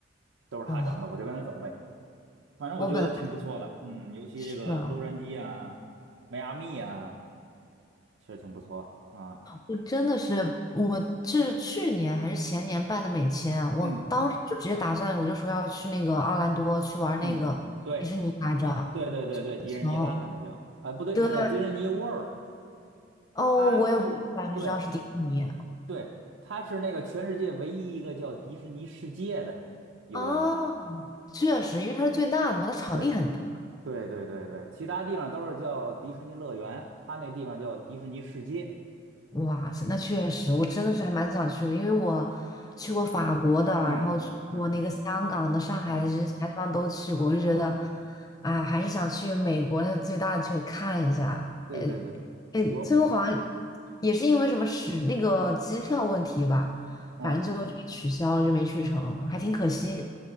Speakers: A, on the right; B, on the left.
A: 都是他整的，
B: 哦，
A: 我就跟着走呗。反正我觉得挺不错的，
B: 我本来
A: 嗯，尤其这个洛杉矶啊、
B: 是的，
A: 迈阿密啊，确实挺不错啊。
B: 我真的是，我是去年还是前年办的美签啊，我当时就直接打算，
A: 嗯
B: 我就说要去那个奥兰多去玩那个迪士尼来着，
A: 嗯，对对对对对，迪士尼
B: 球，
A: land 那叫，哎、不对，
B: 对，
A: 那叫迪士尼 World，
B: 哦，
A: 它是对
B: 我也不是知道是迪士尼。
A: 对，它是那个全世界唯一一个叫迪士尼世界的游乐园。
B: 哦，确实，因为它是最大的嘛，它场地很大。
A: 对。对对对对，其他地方都是叫迪士尼乐园，他那地方叫迪士尼世界。
B: 哇塞，那确实，我真的是还蛮想去的，因为我去过法国的，然后去过那个香港的、
A: 嗯嗯
B: 上海的，
A: 嗯哼
B: 这些其他地方都去过，我就觉得，
A: 嗯，
B: 哎，还是想去美国那最大的去看一下。
A: 对对对，
B: 哎哎，
A: 我我
B: 最后好像也是因为什么使那个机票问题吧，
A: 嗯
B: 反正最后就给取消了，就没去成，还挺可惜。